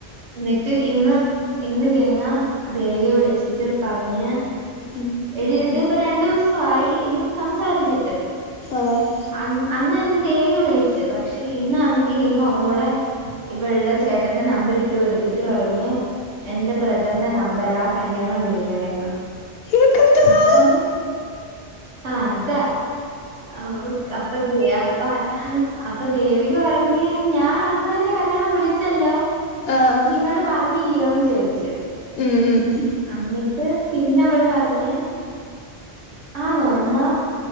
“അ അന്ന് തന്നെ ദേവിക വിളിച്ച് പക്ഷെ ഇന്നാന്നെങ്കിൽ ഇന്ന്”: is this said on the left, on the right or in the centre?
Right